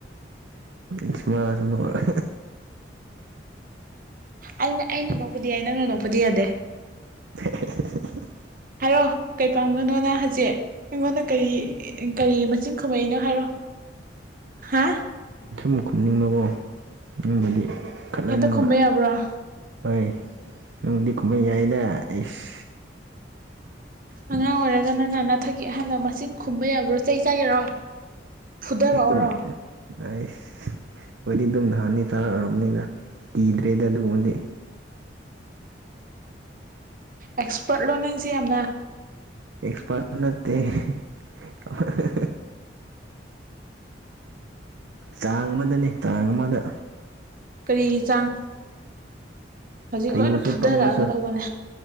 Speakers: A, on the right; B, on the right.
A: ꯏꯁꯃꯅ ꯅꯣꯛꯑꯒ
B: ꯑꯩꯅ ꯑꯩꯅ ꯅꯣꯛꯄꯗꯤ ꯌꯥꯏ ꯅꯪꯅ ꯅꯣꯛꯄꯗꯤ ꯌꯥꯗꯦ
A: <unintelligible>
B: ꯍꯥꯏꯔꯣ ꯀꯩ ꯄꯥꯝꯒꯅꯣ ꯅ ꯍꯧꯖꯤꯛ ꯑꯩꯉꯣꯟꯗ ꯀꯔꯤ ꯀꯔꯤ ꯃꯆꯤꯟ ꯈꯨꯝꯃꯛꯏꯅꯣ ꯍꯥꯏꯔꯣ ꯍꯥ
A: ꯁꯨꯝ ꯈꯨꯝꯅꯤꯡꯕꯒꯣ ꯅꯪꯕꯨꯗꯤ ꯈꯠꯅꯅꯤꯡꯕ
B: ꯍꯦꯛꯇ ꯈꯨꯝꯕ ꯌꯥꯕ꯭ꯔꯣ
A: ꯍꯣꯏ ꯅꯉꯣꯟꯗꯤ ꯈꯨꯝꯕ ꯌꯥꯏꯅ ꯏꯁ
B: ꯑꯉꯥꯡ ꯑꯣꯏꯔꯒ ꯅꯪꯅ ꯅꯊꯛꯒꯤ ꯑꯍꯟꯗ ꯃꯆꯤꯟ ꯈꯨꯝꯕ ꯌꯥꯕ꯭ꯔꯣ ꯆꯩ ꯆꯥꯒꯦꯔꯣ ꯐꯨꯗꯔꯛ ꯑꯣꯔꯣ
A: ꯑꯗꯨꯝ ꯑꯩꯁ ꯍꯣꯏꯗꯤ ꯑꯗꯨꯝ ꯅꯍꯥꯟꯅꯤ ꯇꯥꯒ꯭ꯔꯕꯅꯤꯅ ꯀꯤꯗ ꯗꯦꯗ ꯑꯗꯨꯒꯨꯝꯕꯗꯤ
B: ꯑꯦꯛꯁꯄꯔꯠꯂꯣ ꯅꯪꯖꯦ ꯌꯥꯝꯅ
A: ꯑꯦꯛꯁꯄꯔꯠ ꯅꯠꯇꯦꯍꯦ ꯑꯍꯥꯍꯥꯍꯥ ꯆꯥꯡ ꯑꯃꯗꯅꯦ ꯆꯥꯡ ꯑꯃꯗ
B: ꯀꯔꯤꯒꯤ ꯆꯥꯡ ꯍꯧꯖꯤꯛ
A: ꯍꯩꯕꯁꯨ
B: ꯂꯣꯏꯅ ꯐꯨꯗꯔꯛꯑꯒꯗꯧꯕꯅꯦ
A: ꯄꯪꯕꯁꯨ